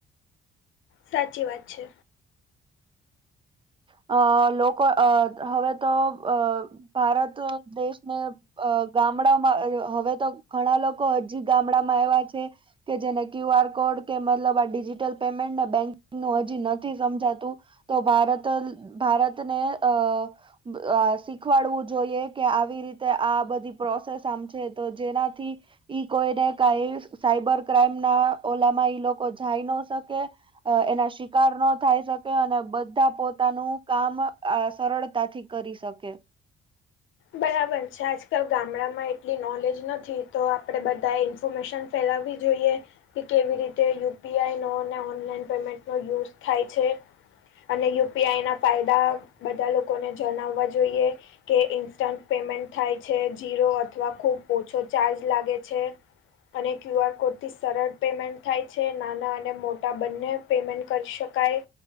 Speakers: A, on the left; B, on the right.
A: સાચી વાત છે
B: અ લોકો અ હવે તો અ ભારત દેશને અ ગામડામાં હવે તો ઘણા લોકો હજી ગામડામાં આવ્યા છે. કે જેને ક્યુ આર કોડ કે મતલબ આ ડિજીિટલ પેમેન્ટને બેંકિંગ ન હજી નથી સમજાતું. તો ભારત ભારતને અ અ શીખવાડવું જોઈએ કે આવી રીતે આ બધી પ્રોસેસ આમ છે તો જેનાથી ઈ કોઈને કઈ સાઈબર ક્રાઈમ ના ઓલામાં ઈ લોકો જાય ન શકે. અ એના શિકાર ન થાય શકે અને બધા પોતા તાનું કામ અ સરળતાથી કરી શકે.
A: બરાબર છે આજકાલ ગામડામાં એટલી નોલેજ નથી તો આપડે બધા ઇન્ફોર્મેશન ફેલાવવી જોઈએ. કે કેવી રીતે યુ પી આઈ નો ઓનલાઈન પેમેન્ટ નો યુઝ થાય છે. અને યુ પી આઈ ના ફાયદા બધા લોકોને જણાવવા જોઈએ કે ઇ સ્ટન્ટ પેમેન્ટ થાય છે, જીરો અથવા ખૂબ ઓછો ચાર્જ લાગે છે. અને ક્યુ આર કોડથી સરળ પેમેન્ટ થાય છે, નાના અને મોટા બંને પેમેન્ટ કરી શકાય,